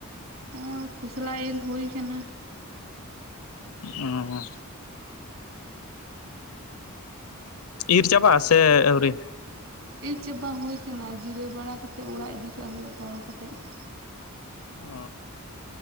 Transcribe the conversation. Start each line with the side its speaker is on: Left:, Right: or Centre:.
Right: ᱚᱭ ᱠᱷᱩᱥᱞᱟ ᱤᱨ ᱦᱩᱭ ᱠᱟᱱᱟ᱾
Left: ᱚᱼᱼ ᱤᱨ ᱪᱟᱵᱟ ᱥᱮ ᱟᱹᱣᱨᱤ?
Right: ᱤᱨ ᱪᱟᱵᱟ ᱦᱳᱭ ᱠᱟᱱᱟ ᱡᱤᱨᱟᱹᱣ ᱵᱟᱲᱟ ᱠᱟᱛᱮᱫ ᱚᱲᱟᱜ ᱤᱫᱤ ᱠᱟᱜ ᱦᱳᱭᱳᱟ ᱛᱚᱞ ᱠᱟᱛᱮᱫ ᱾
Left: ᱚ